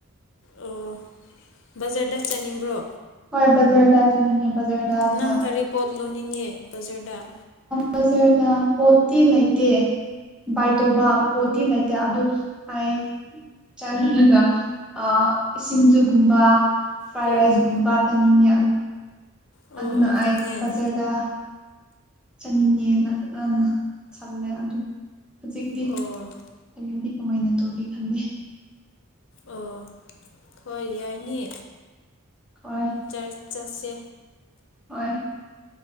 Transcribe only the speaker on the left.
ꯑꯣ ꯕꯖꯥꯔꯗ ꯆꯥꯅꯤꯡꯕ꯭ꯔꯣ
ꯅꯪ ꯀꯔꯤ ꯄꯣꯠ <unintelligible>
ꯑꯣ
ꯑꯣ
ꯑꯗꯨꯅꯦ
ꯑꯣ
ꯑꯣ ꯍꯣꯏ ꯌꯥꯏꯅꯤ
ꯆ ꯆꯠꯁꯦ